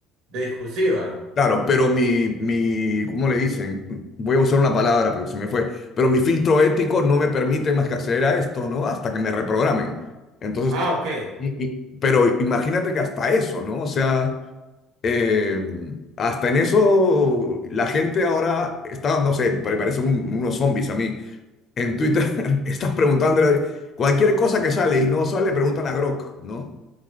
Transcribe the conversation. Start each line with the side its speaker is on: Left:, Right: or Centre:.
Right: De discursiva.
Left: Claro, pero mi, mi, ¿cómo le dicen? Voy a usar una palabra porque se me fue, pero mi filtro ético no me permite más que acceder a esto, ¿no? Hasta que me reprogramen. Entonces,
Right: Ah, ok.
Left: y- y- pero imagínate que hasta eso, ¿no? O sea... Eh, hasta en eso, la gente ahora está, no sé, pare- parecen un- unos zombies a mí. En Twitter <laughs> estás preguntándole cualquier cosa que sale y no sale, preguntan a Grok, ¿no?